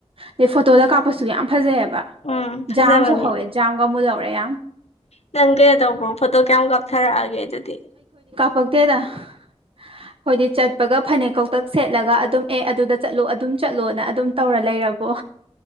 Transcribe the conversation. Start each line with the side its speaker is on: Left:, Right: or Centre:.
Right: ꯑꯗꯩ ꯐꯣꯇꯣꯗ ꯀꯥꯞꯄꯁꯨ ꯌꯥꯝ ꯐꯖꯩꯑꯕ
Left: ꯎꯝ ꯐꯖꯕꯅꯦ
Right: ꯖꯥꯝꯁꯨ ꯍꯧꯋꯦ ꯖꯥꯝꯒ ꯑꯃꯨꯛ ꯂꯧꯔꯦ ꯌꯥꯝ
Left: ꯅꯪ ꯀꯩꯅꯣ ꯇꯧꯕ꯭ꯔꯣ ꯐꯣꯇꯣ ꯀꯌꯥꯝꯨ ꯀꯥꯞꯊꯔꯛꯑꯒꯦ ꯑꯗꯨꯗꯤ
Right: ꯄꯇꯗ ꯑꯩꯣꯏꯗꯤ ꯆꯠꯄꯒ ꯐꯅꯦꯛ ꯀꯧꯇꯛ ꯁꯦꯠꯂꯒ ꯑꯗꯨꯝ ꯑꯦ ꯑꯗꯨꯗ ꯆꯠꯂꯣ ꯑꯗꯨꯝ ꯆꯠꯂꯣꯅ ꯑꯗꯨꯝ ꯇꯧꯔ ꯂꯩ ꯔꯔꯕꯣ